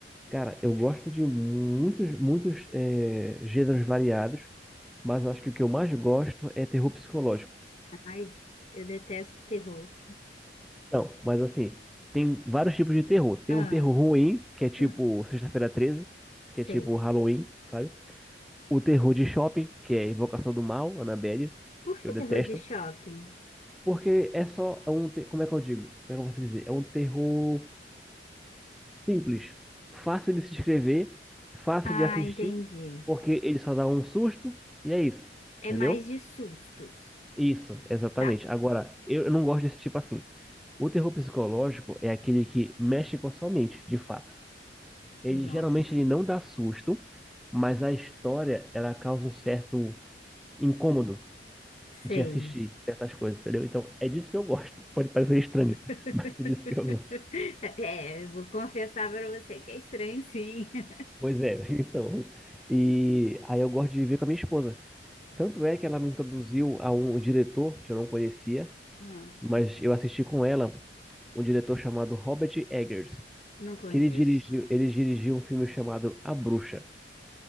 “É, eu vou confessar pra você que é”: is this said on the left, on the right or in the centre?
Left